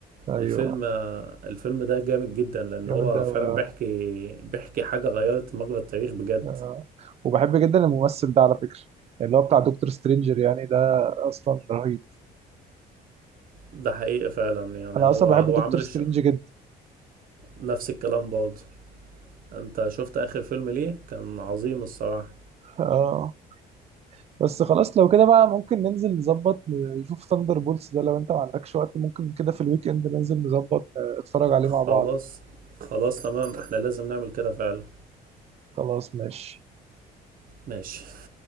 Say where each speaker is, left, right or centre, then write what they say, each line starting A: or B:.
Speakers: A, on the right; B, on the right.
A: ايوه
B: الفيلم الفيلم ده جامد جدا لان
A: جامد
B: هو
A: قوي
B: فعلا
A: اه
B: بيحكي بيحكي حاجة غيرت مجرى التاريخ بجد
A: آه. وبحب جدا الممثل ده على فكره اللي هو بتاع دكتور سترينجر يعني ده اصلا رهيب
B: ده حقيقي فعلا يعني
A: انا
B: هو
A: اصلا بحب
B: هو
A: دكتور
B: عامل
A: سترينج
B: الش...
A: جدا
B: نفس الكلام برضه انت شفت اخر فيلم ليه كان عظيم الصراحة
A: اه بس خلاص لو كده بقى ممكن ننزل نظبط نشوف ثاندر بولتس ده لو انت ما عندكش وقت ممكن كده في الويك اند ننزل نظبط آه، اتفرج عليه
B: خلاص
A: مع بعض يعني.
B: خلاص تمام احنا لازم نعمل كده فعلا
A: خلاص ماشي
B: ماشي